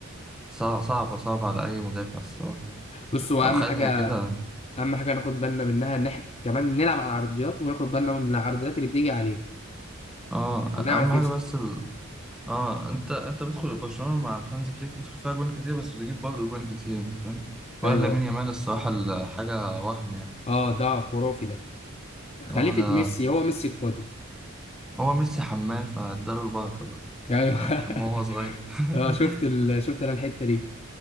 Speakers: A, in the centre; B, on the left.
A: صعب صعبة صعبة على أي مدافع الصراحة
B: بص هو
A: لو
B: اهم
A: خدها
B: حاجه
A: كده
B: اهم حاجه ناخد بالنا منها ان احنا كمان نلعب على العرضيات وناخد بالنا من العرضيات اللي بتيجي علينا
A: اه
B: هنعرف
A: أهم حاجة
B: نكسب
A: بس اه انت انت بتدخل برشلونه مع هانز فليك بتدخل فيها جوان كتير بس بتجيب برضه جوان كتير انت فاهم ولا
B: ايوه
A: لامين يامال الصراحه ال- حاجه وهم يعني
B: اه ده خرافي ده خليفه
A: هو ده
B: ميسي هو ميسي القادم
A: هو ميسي حماه فاداله البركه بقى
B: ايوه
A: انت حماه وهو صغير
B: <laughs>
A: <laughs>
B: اه شفت ال... شفت انا الحته دي